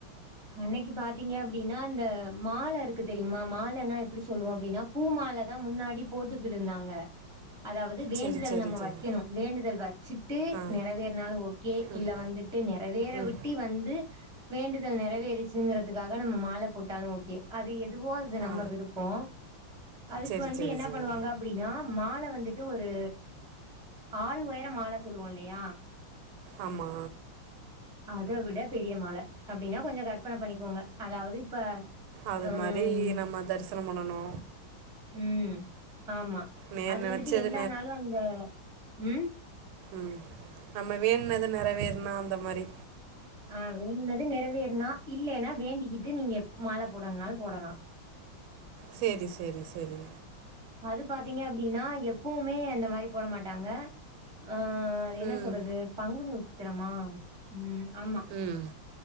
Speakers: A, in the centre; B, on the right.
A: அன்னிக்கி பாத்திங்க அப்டின்னா அந்த மால இருக்கு தெரியுமா மாலனா எப்டி சொல்லுவே அப்டினா பூ மாலதா முன்னாடி போட்டு கிடுந்தாங்க அதாவது வேண்டுதல்
B: சரி சரி
A: நம்ம
B: சரி
A: வக்கணு வேண்டுதல் வச்சிட்டு
B: ஆ
A: நெறவேற்னாலு ஓகே
B: ம்
A: இல்ல வந்து ட்டு நேறவேற
B: ம்
A: விட்டி வந்து வேண்டுதல் நெறவேறிச்சுங்கிறதுக்கா நம்ம மால போட்டாலு ஓகே அது எதுவே இது
B: ஆ
A: நம்ம விருப்போ அதுக்கு
B: சரி
A: வந்த
B: சரி
A: என்ன
B: சரி
A: பண்ணுவாங்க அப்டினா மால வந்துட்டு ஒரு ஆள் உயர மால சொல்லுவே இல்லய
B: ஆமா
A: அதா விட பெரிய மால அப்டின்னா கொஞ்சோ கற்பன பண்ணிக்கோங்க அதாது இப்ப
B: அது
A: ம்,
B: மாரி நம்ம தரிசனம் பண்ணணு
A: ம் ஆமா
B: நே
A: அது
B: நினச்சது
A: வந்துட்டு எல்லா நாளு அங்க ம்
B: ம் நம்ம வேண்டுனது நெறவேறுனா அந்த மாரி
A: அ வேண்டுனது நெறவேறின்னா இல்லேன்னா வேண்டிக்கிட்டு நீங்க மால போடனுனாலு போடலா
B: செரி செரி செரி
A: அது பாத்திங்க அப்டின்னா எப்பவுமே அந்த மாரி போட மாட்டாங்கா ஆ அது என்ன
B: ம்
A: சொல்றது பங்குனி உத்திரமா ம் ஆமா
B: ம்